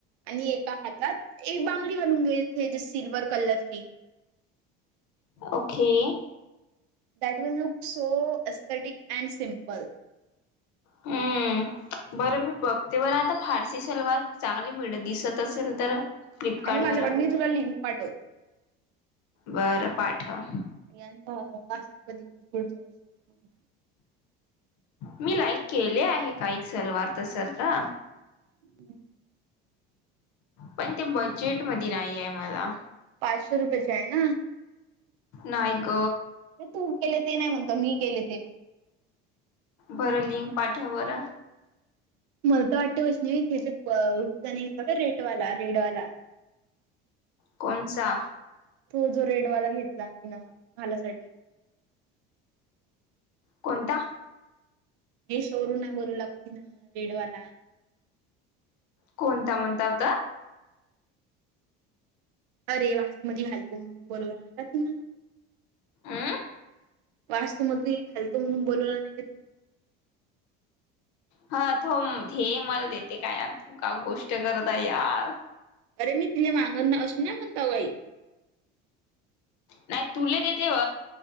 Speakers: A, on the right; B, on the left.
A: आणि एका हातात एक बांगडी घालून घेईलथे जे सिल्वर कलरची
B: ओके.
A: <unintelligible>
B: हम्म बरं मी पक ते बरं आता फारसी सलवार चांगली मिळ दिसत असेल तर फ्लिपकार्ट
A: आहे माझ्याकडे
B: वर
A: मी तुला लिंक पाठवते
B: बरं पाठव
A: यांचा वास्त्रपदी होती पुढच्या वर्षी होती
B: मी लाईक केले आहे काही सलवार तरसर तर
A: हम्
B: पण ते बजेट मध नाही आहे मला
A: पाचशो रुपयेचा आहे ना
B: नाहिग
A: ते तू केले ते नाही म्हणत मी केले ते
B: बरं लिंक पाठ बर
A: मलत वाटतेवच नाही हे जे टीनी घेतलं का रेडवाला रेडवाला <inaudible>
B: कोणचा
A: तो जो रेडवाला घेतला तिनं भालासाठी
B: कोणता
A: हे शोरूम नाही बोल लाग तिनं रेडवाला
B: कोणता म्हणतात
A: अरे वास्तू मजे घालतो म्हणून बोल का तु
B: अं
A: वास्तू मध घालतो म्हणून बोलवला नाही
B: हा तो मल देते काय त का गोष्ट करता यार
A: अरे मी तिला माांगन ना अशी ना म्हणता बाई
B: नाही तुला देते व